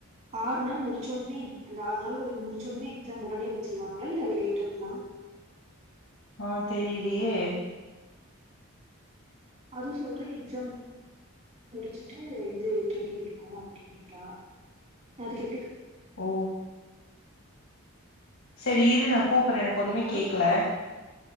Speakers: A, on the right (about 30°); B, on the left (about 70°).
A: ஆறு நாள் முடிச்சோடனுமே அந்த ஆறு நாள் ஒரு முடிச்சடனுமே எக்ஸாம் உடனே வச்சிருவாங்களா இல்ல அது லேட் ஆகுமா
B: ஆ தெரிலியே
A: அதுவு சொல்ற எக்ஸம் முடிச்சிட்டு இது ட்ரெய்னிங் இருக்கு அப்டின்னுட்டா அதுக்கு எப்டி
B: ஓ செரி இரு நா கூப்பற எனக்கு ஒண்ணுமே
A: ஆ
B: கேக்ல